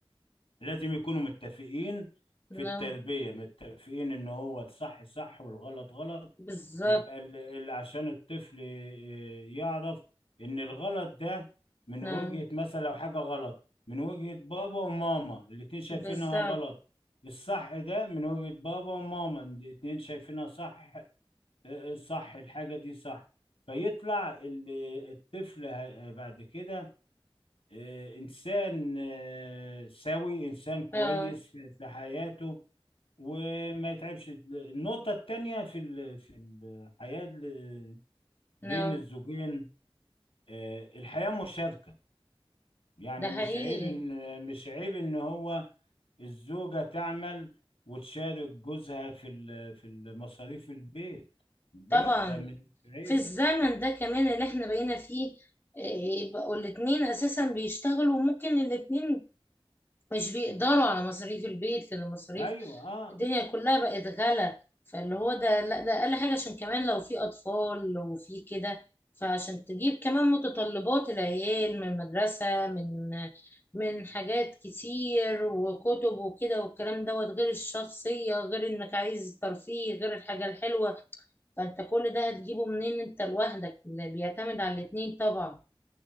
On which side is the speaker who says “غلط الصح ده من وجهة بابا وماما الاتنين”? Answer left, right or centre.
Left